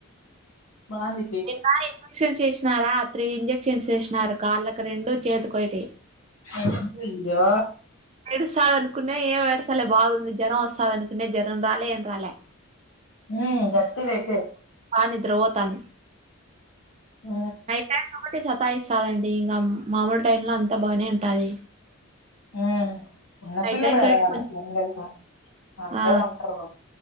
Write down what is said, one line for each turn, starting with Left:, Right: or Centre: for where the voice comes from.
Left: బాంది
Right: నిన్న ఇంజెక్షన్స్ చేసినారా త్రీ ఇంజక్షన్స్ చేసినారు కాళ్ళకి రెండు చేతి కోటి
Left: అయ్యో
Right: ఏడుస్తాదనుకున్న ఏం ఏడ్సలె బాగుంది జ్వరం వస్తుంది అనుకునేే జ్వరం రాలే ఏం రాలే
Left: ఉ జర్త అయితే
Right: హా నిద్ర ఓతాంది
Left: ఆ
Right: టైస్ ఒకటి సతా ఇస్తాదండి ఇంకా మామూలు టైమ్ లో అంతా బాగానే ఉంటుది
Left: ఉమ్ చిన్న
Right: నైట్
Left: పిల్లలు
Right: టైమ్స్
Left: కదా
Right: ఒకటి
Left: వాళ్ళ
Right: కొంచెం
Left: వాళ్లకేంతెలుసు అంతే
Right: ఆ
Left: ఉంటారు